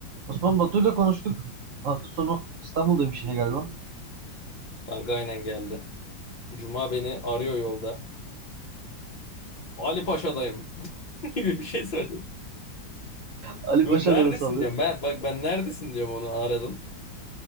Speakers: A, on the right (about 75°); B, on the left (about 45°).
A: Osman Batu'yla konuştuk. Hafta sonu İstanbul'daymış yine galiba.
B: Kanka aynen geldi. Cuma beni arıyor yolda. Ali Paşa'dayım <laughs> gibi bir şey söyledi.
A: Ali
B: Yok
A: Paşa
B: neredesin
A: neresi alıyor?
B: diyorum ben. Bak ben neredesin diyorum onu aradım.